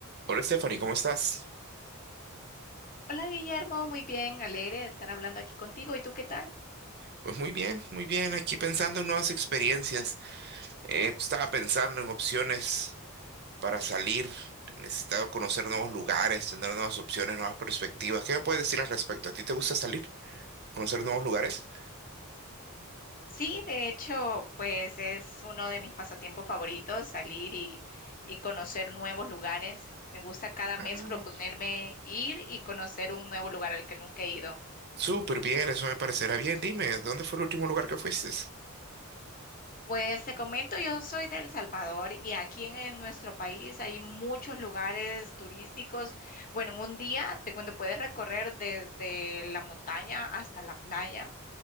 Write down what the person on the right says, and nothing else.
Hola Stephanie, ¿cómo estás?
Pues muy bien, muy bien. Aquí pensando en nuevas experiencias. Eh, estaba pensando en opciones para salir. He necesitado conocer nuevos lugares, tener nuevas opciones, nuevas perspectivas. ¿Qué me puedes decir al respecto? ¿A ti te gusta salir? ¿Conocer nuevos lugares?
Ah,
súper bien, eso me parecerá bien. Dime, ¿dónde fue el último lugar que fuiste?